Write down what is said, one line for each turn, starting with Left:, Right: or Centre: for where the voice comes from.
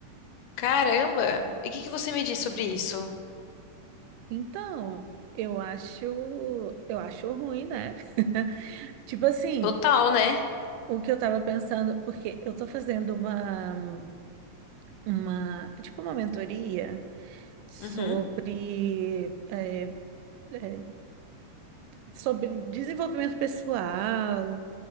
Left: caramba. E o que que você me diz sobre isso?
Right: Então, eu acho, eu acho ruim, né? <laughs> Tipo assim,
Left: Total, né?
Right: o que eu tava pensando, porque eu tô fazendo uma, uma, tipo uma mentoria sobre,
Left: Uhum,
Right: é, é, sobre desenvolvimento pessoal,